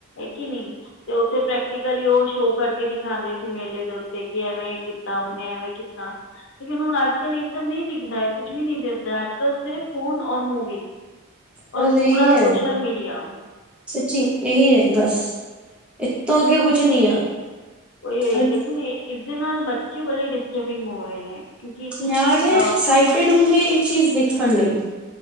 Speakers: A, on the left (about 55°); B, in the centre.
A: ਕਿਨੀ। ਤੇ ਓਥੇ ਪ੍ਰੈਕਟੀਕਲੀ ਓ ਸ਼ੋਅ ਕਰਕੇ ਦਿਖਾੰਦੇ ਸੀ ਮੇਲੇ ਦੇ ਉੱਤੇ ਕਿ ਐਵੇਂ ਕੀਤਾ, ਓਨੇ ਐਵੇਂ ਕੀਤਾ। ਲੇਕਿਨ ਹੁਣ ਅੱਜ-ਕੱਲ ਏਹ ਸਭ ਨੀ ਦਿਖਦਾ ਏ, ਕੁੱਛ ਵੀ ਨੀ ਦਿਸਦਾ ਅੱਜ ਕਲ ਸਿਰਫ ਫੋਨ ਔਰ ਮੂਵੀ,
B: ਬਸ
A: ਔਰ ਪੂਰਾ
B: ਇਹੀ ਹੈ
A: ਸੋਸ਼ਲ ਮੀਡੀਆ।
B: ਸੱਚੀ ਏਹੀ ਐ ਬਸ। ਇਤੋਂ ਅੱਗੇ ਕੁੱਛ ਨੀ ਆ।
A: ਓਈਓ
B: ਔਰ
A: ਲਕਮੀ ਇਸਦੇ ਨਾਲ ਬੱਚੇ ਬੜੇ ਡਿਸਟਰਬਿੰਗ ਹੋ ਰਏ ਨੇ। ਕਿਉਂਕਿ ਅ,
B: ਨਿਆਣੇ ਐਕਸਾਈਟੀਡ ਹੁੰਦੇ ਏ ਚੀਜ ਦੇਖਣ ਲਈ।